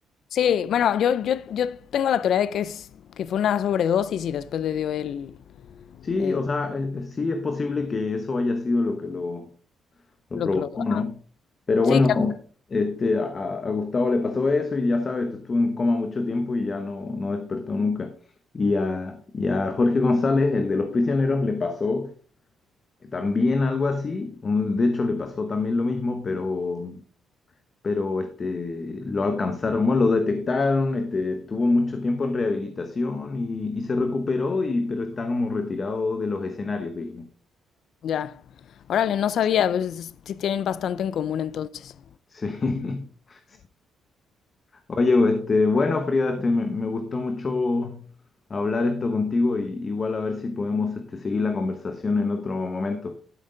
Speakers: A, on the left; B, on the left.
A: Sí, bueno, yo, yo, yo tengo la teoría de que es que fue una sobredosis y después le dio el
B: Sí,
A: eh,
B: o sea, eh, eh, sí es posible que eso haya sido lo que lo lo
A: lo
B: provocó,
A: que lo. ajá.
B: ¿no? Pero
A: Sí,
B: bueno,
A: ca-
B: este, a, a- a Gustavo le pasó eso y ya sabes, estuvo en coma mucho tiempo y ya no, no despertó nunca. Y a, y a Jorge González, el de Los Prisioneros, le pasó también algo así, un- de hecho le pasó también lo mismo, pero, pero este, lo alcanzaron, bueno, lo detectaron, este, estuvo mucho tiempo en rehabilitación y, y se recuperó, y, pero está como retirado de los escenarios, digo.
A: ya. Órale, no sabía, pues sí tienen bastante en común entonces.
B: Sí, <laughs> Oye, pues, este, bueno, Frida, este, me, me gustó mucho hablar esto contigo y igual a ver si podemos este, seguir la conversación en otro momento.